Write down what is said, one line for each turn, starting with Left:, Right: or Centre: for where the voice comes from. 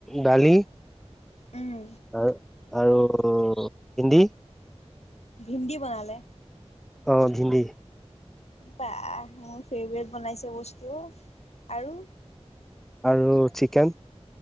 Centre: ডালি।
Left: উম
Centre: আৰু আৰু ভেন্দী।
Left: ভিন্দী বনালে।
Centre: অ ভিন্দী।
Left: বাহ মোৰ ফেভৰেট বনাইছে বস্তু আৰু?
Centre: আৰু চিকেন।